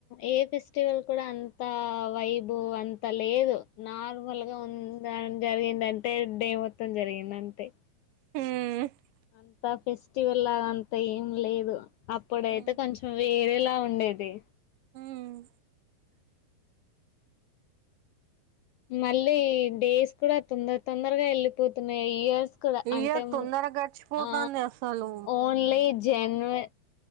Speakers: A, on the left (about 80°); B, on the right (about 75°).
A: ఏ ఫెస్టివల్ కూడా అంత వైబ్ అంత లేదు నార్ మల్ గా ఉంద జరిగింద టే డే ఏ మొత్తం జరిగింద అంతే
B: ఉమ్
A: అంత ఫెస్టివల్ లాగ అంత ఏం లేదు అప్పుడైతే
B: ఉమ్
A: కొంచెం వేరేలా లా ఉండేది
B: ఉమ్
A: మళ్ళీ డేస్ కూడా తొందర తొందర్ వెళ్ళిపోతున్నాయి ఇయర్స్ కూడా
B: ఇయర్
A: అంటే
B: తొందర గడిచిపోతుంది
A: ఆ
B: అసలు
A: ఓన్లీ జనవరి